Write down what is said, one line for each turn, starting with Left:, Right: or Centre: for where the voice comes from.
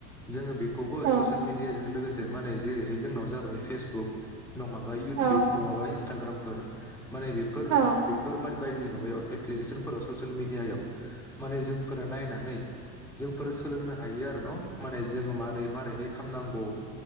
Centre: जोङो बेख खौबो
Right: औ
Centre: ससेयेल मिडियाजों लोगोसे माने जेरैहाय जोंनाव जाबाय फेसबुक नङाबा इउटुब
Right: औ
Centre: नङाबा इनस इन्टाग्रामफोर। माने बेफोर
Right: औ
Centre: बेफोर मा बायदि माबायाव ऐप्लिकेसन ससेलमिदिया माने जोंनोफोरा नायनानै जोंफोरो सोलोंनो हायो आरो न माने जोङो मारै मारै है खामनांगौ।